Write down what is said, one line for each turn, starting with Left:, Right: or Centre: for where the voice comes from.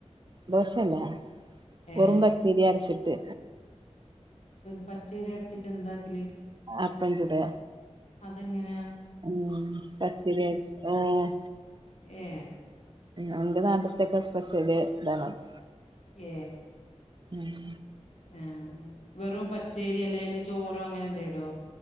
Right: ദോശല്ലാ വെറും
Left: ഏഹ്
Right: പച്ചരി അരച്ചിട്ട്
Left: പൻ പച്ചേരി അര്ച്ചിട്ട് എന്താക്കല്
Right: അപ്പം ചുടാ
Left: അതെങ്ങെനെയാ
Right: ഉം പച്‌രി അരക് ആഹ്
Left: ഏ
Right: അന്ത്യ നാട്ട്ത്തെക്കെ സ്പെഷ്യല് ഇതാണത്
Left: ഏ
Right: ഉം
Left: ഏം വെറും പച്ചേരി അല്ലെല് ചോറോ അങ്ങനെന്തെടോ